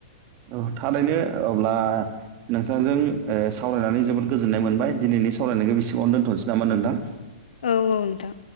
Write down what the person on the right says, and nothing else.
ओ थारैनो अब्ला नोंथांजों ओ सावरायनानै जोबोद गोजोननाय मोनबाय दिनैनि सावरायनायखौ बेसेबांवनो दोनथ'नोसै नामा नोंथां